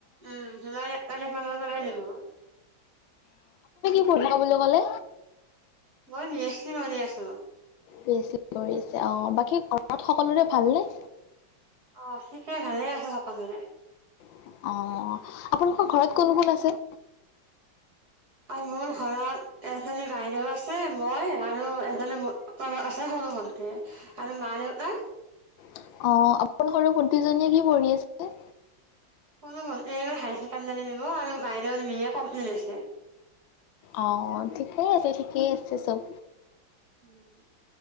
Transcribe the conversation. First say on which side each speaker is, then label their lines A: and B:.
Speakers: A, on the right; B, on the left.
A: উম! জুলাই এক তাৰিখ মানৰ পৰা দিব।
B: ক'ত থাকা বুলি ক'লে?
A: মই বি এছ চি কৰি আছোঁ।
B: বি এছ চি কৰিছে। অ'! বাকী ঘৰত সকলোৰে ভালনে?
A: অ'! সে সেই ভালে আছে সকলোৰে।
B: অ'! আপোনালোকৰ ঘৰত কোন কোন আছে?
A: মোৰ ঘৰত এজনী বাইদেউ আ আছে। মই আৰু এজনী <unintelligible> তাই সৰু ভন্তি আৰু মা-‌‌ দেউতা।
B: অ'! আপোনাৰ সৰু ভটিজনীয়ে কি পঢ়ি আছে?
A: সৰু ভন্তি এইবাৰ হায়াৰ ছেকেণ্ডাৰী দিব আৰু বাইদৰ বি এ কম্পলিত হৈছে।
B: অ'! ঠিকেই আছে, ঠিকেই আছে চব।
A: উম!